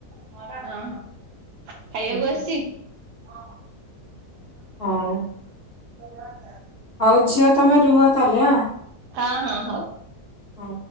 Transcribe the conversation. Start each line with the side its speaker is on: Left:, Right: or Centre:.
Right: ହଁ ଖାଇବାକୁ
Left: ହୁଁ,
Right: ଆସିଛି? ହଁ।
Left: ହଁ।
Right: ତୁ ତ ବାସ
Left: ହଉ ଝିଅ ତମେ ରୁହ ତାହଲେ ଆଁ
Right: ହଁ ହଁ ହଉ
Left: ହଉ।